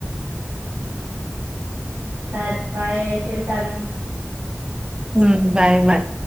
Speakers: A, on the right; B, on the right.
A: సార్ బాయ్ అయితేంటాను
B: హుమ్ బాయ్ బాయ్